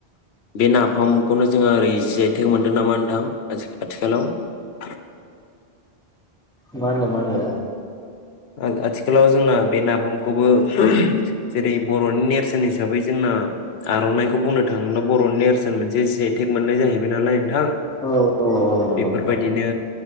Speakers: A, on the left; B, in the centre.
A: बे नाफामखौनो जोङो ओरै जिआइटेग मोनदों नामा नोंथां आथि आथिखालाव
B: माहोनदो माहोनदो
A: आ आथिखालाव जोंना बे नाफामखौबो जेरै बर नि नेरसोन हिसाबै जोंना आर नाइखौ बुंनो थाङोब्ला बर'नि नेरसोन मोनसे जेटेक मोननाय जाहैबाय नालाय नोंथां
B: औ औ औ नंगौ
A: बेफोरबायदिनो
B: नंगौ